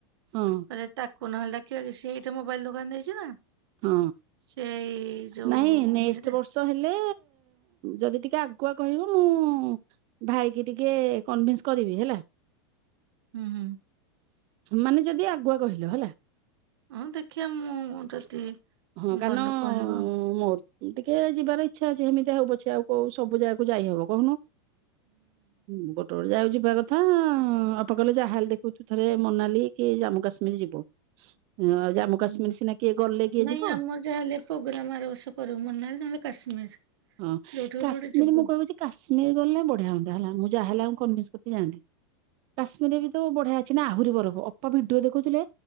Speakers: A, on the right; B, on the right.
A: ହଁ
B: କଲେ ତାକୁ ନହେଲେ ଡାକିବା କି ସେ ମୋବାଇଲ ଦୋକାନ ଦେଇଛି ନା।
A: ହଁ
B: ସେଇ ଯୋଉ
A: ନାଇଁ ନେଷ୍ଟ
B: ଇଏରେ
A: ବର୍ଷ ହେଲେ ଯଦି ଟିକେ ଆଗୁଆ କହିବ। ମୁଁ ଭାଇକି ଟିକେ କନ୍ଭେନସ୍ କରିବି ହେଲା।
B: ହୁଁ ହୁଁ।
A: ମାନେ ଯଦି ଆଗୁଆ କହିଲ ହେଲା।
B: ହଁ ଦେଖିବା ମୁଁ ଯଦି
A: ହଁ, କାରଣ
B: ଗଲୁ କହିବ
A: ମୋ ଟିକେ ଯିବାର ଇଚ୍ଛା ଅଛି ସେମିତି ହଉ ପଛେ ଆଉ କଉ ସବୁ ଜାଗାକୁ ଯାଇ ହବ କହୁନୁ। ହୁଁ ଗୋଟେ ଗୋଟେ ଜାଗାକୁ କଥା ଅପା କହିଲେ ଯା ହେଲେ ଦେଖିବୁ ତୁ ଥରେ ମୋନାଲି କି ଜାମ୍ମୁକାଶ୍ମୀର ଯିବୁ। ହୁଁ ଆଉ ଜାମ୍ମୁକାଶ୍ମୀର
B: ହୁଁ।
A: ସିନା କିଏ ଗଲେ। କିଏ
B: ନାଇଁ
A: ଯିବ
B: ଆମ ଯାହା ହେଲେ ପ୍ରୋଗ୍ରାମ ଆର ବର୍ଷକୁ କରିବୁ ମ ନା ନା କାଶ୍ମୀର।
A: ହଁ
B: ଯୋଉଠି ହେଲେ
A: କାଶ୍ମୀର
B: ଗୋଟେ ଯିବୁ।
A: ମୁଁ କହିବି ଯେ କାଶ୍ମୀର କାଶ୍ମୀର ଗଲେ ବଢିଆ ହୁଅନ୍ତା ହେଲା। ମୁଁ ଯାହା ହେଲେ ଆଙ୍କୁ କନ୍ଭେସ କରିକି ଯାଆନ୍ତି। କାଶ୍ମୀର ଏବେ ତ ବଢିଆ ଅଛି ନା ଆହୁରି ବରଫ ଅପା ଭିଡିଓ ଦେଖୋଉଥିଲେ